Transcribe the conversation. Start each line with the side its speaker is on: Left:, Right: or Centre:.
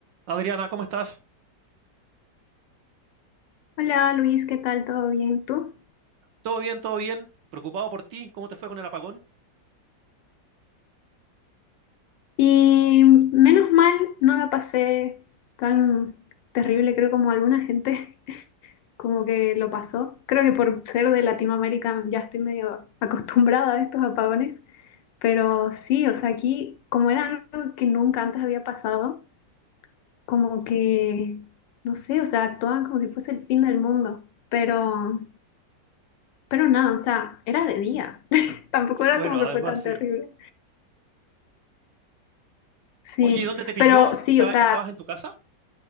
Right: Adriana, ¿cómo estás?
Left: Hola Luis, ¿qué tal? ¿Todo bien? ¿Tú?
Right: ¿Todo bien, todo bien? Preocupado por ti, ¿cómo te fue con el apagón?
Left: Y menos mal no la pasé tan terrible, creo, como alguna gente <laughs> como que lo pasó. Creo que por ser de Latinoamérica ya estoy medio acostumbrada a estos apagones, pero sí, o sea, aquí como era algo que nunca antes había pasado, como que, no sé, o sea, actuaban como si fuese el fin del mundo, pero, pero nada, o sea, era de día, <laughs> tampoco
Right: Sí,
Left: era
Right: bueno,
Left: como
Right: además
Left: que fue tan
Right: sí.
Left: terrible. Sí,
Right: Oye, ¿y dónde te pilló?
Left: pero sí,
Right: ¿Estaba-
Left: o sea,
Right: ¿Estabas en tu casa?